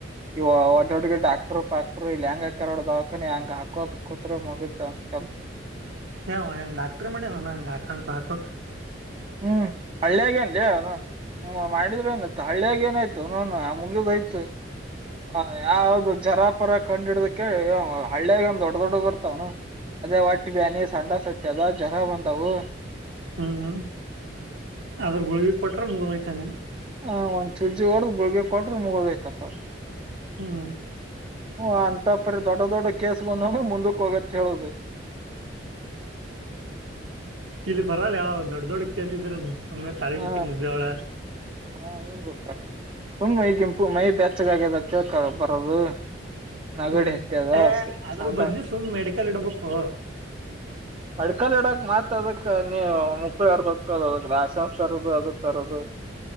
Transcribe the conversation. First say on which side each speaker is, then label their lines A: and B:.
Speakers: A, on the right (about 30°); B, on the right (about 80°).
A: ಇವ ಒಟ್ಟೊಟ್ಟಿಗೆ ಡಾಕ್ಟರ್ ಪಾಕ್ ಇಲ್ಲಿ ಹೆಂಗ ಹಾಕೆರ ನೋಡ ದವಾಖಾನಿ ಹಂಗ ಹಾಕೋತ್ ಕೂತರ ಮುಗಿತ ಕೆಲ್ಸ.
B: ಏಅವಾ ಡಾಕ್ಟ್ರ ಮಾಡ್ಯಾನ್ನು ಹಾಕಂಗಕ ಹಾಕೋಕ್
A: ಹ್ ಹಳ್ಳಿಯಾಗೇನ್ಲಲೇ ಅವನು. ಹ್ ಮಾಡಿದ್ರೆ ಎನ್ ಹಳ್ಳಿಯಾಗಿ ಏನಾಯ್ತು ನವನು ಆ ಮುಗಿದೋಯ್ತು. ಹ ಯಾವ್ದ ಜರಾ ಪರ ಕಂಡಿಡ್ದಕ್ಕೆ ಹಳ್ಳಿಯಾಗ ಒಂದ ದೊಡ್ಡ ದೊಡ್ಡ ಬರ್ತಾವನ್ ಅದೇ ಹೋಟ್ಟಿ ಬ್ಯಾನಿ ಸಂಡಸ ಹತ್ಯದ ಜ್ವರಾ ಬಂದಾವು
B: ಹುಂ ಹುಂ ಅದ್ರ ಗುಳಗಿ ಕೊಟ್ರೆ ಮುಗೋಯ್ತಂಗಣ.
A: ಹ ಒಂದ್ ಸೂಜಿ ಹೊಡದ ಗುಳಗೆ ಕೊಟ್ರೆ ಮುಗೋದಯ್ತಪ್ಪಾ.
B: ಹುಂ
A: ಹ ಅಂತಾವ ಪರಿ ದೊಡ್ಡ ದೊಡ್ಡ ಕೇಸ್ ಬಂದು ಅಂದ್ರ ಮುಂದಕ್ ಹೋಗತ್ ಹೇಳೋದು
B: ಇಲ್ಲಿ ಬರಲ್ಲ ಯೇಳ ದೊಡ್ಡ ದೊಡ್ಡ ಕೇಸಿದ್ರ ಸಮ್ಮೆ ತಾಳಿಕೋಟಿ,
A: ಹಾ
B: ಮುದ್ದೇಬಿಹಾಳ
A: ಹಾ ಹಿಂಗ ಹೋಗಕ್ಕಾರ ಸುಮ್ ಮೈ ಗಂಪು ಮೈ ಬೆಚ್ಚಗ ಆಗ್ಯದ ಅಂತ ಕೇಳ್ಕ ಬರೋದು. ನಗಡಿ
B: ಹುಂ
A: ಹತ್ಯದ
B: ಎ ಅದ್ರ
A: ಸಂಡ
B: ಬದ್ಲಿ ಸುಮ್ ಮೆಡಿಕಲ್ ಇಡ್ಬೇಕೊ
A: ಮೆಡಿಕಲ್ ಇಡಾಕ್ ಮತ್ ಅದಕ್ಕ ನೀವು ಮುಕಳಿ ಹರದೊಕ್ಕದ ಅ ಅದ ಲೈಶನ್ಸ್ ತರೋದು ಅದ ತರೋದು